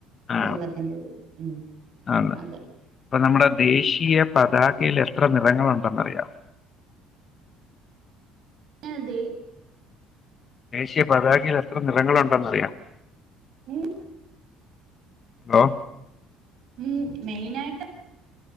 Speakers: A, on the left; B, on the right.
A: ആ
B: കേരളത്തിന്റേത് ഉം
A: ആ
B: അതെ
A: അപ്പൊ നമ്മുടെ ദേശീയ പതാകയിൽ എത്ര നിറങ്ങളുണ്ടെന്നറിയമോ?
B: ഏ ദേ
A: ദേശീയ പതാകയിൽ എത്ര നിറങ്ങളുണ്ടെന്നറിയാമോ?
B: ഉം
A: ഹലോ
B: ഉം മെയിനായിട്ട്